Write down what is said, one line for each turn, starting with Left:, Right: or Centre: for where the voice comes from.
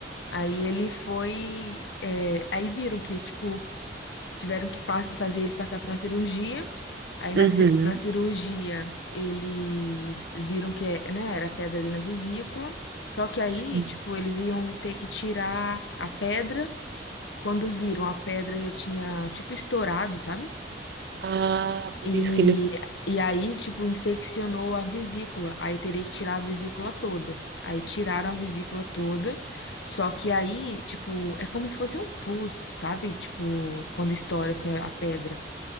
Left: Aí ele foi. é, aí viram que, tipo, tiveram que pa- fazer ele passar por uma cirurgia. Aí na,
Right: Uhum.
Left: ci- na cirurgia eles viram que é, né, era pedra ali na vesícula. Só que aí,
Right: Sim.
Left: tipo, eles iam ter que tirar a pedra. Quando viram, a pedra já tinha, tipo, estourado, sabe?
Right: Ah, por
Left: E,
Right: isso que ele
Left: e aí,
Right: estava
Left: tipo, infeccionou a vesícula. Aí teria que tirar a vesícula toda. Aí tiraram a vesícula toda. Só que aí, tipo, é como se fosse um pus, sabe? Tipo, quando estoura assim a a pedra.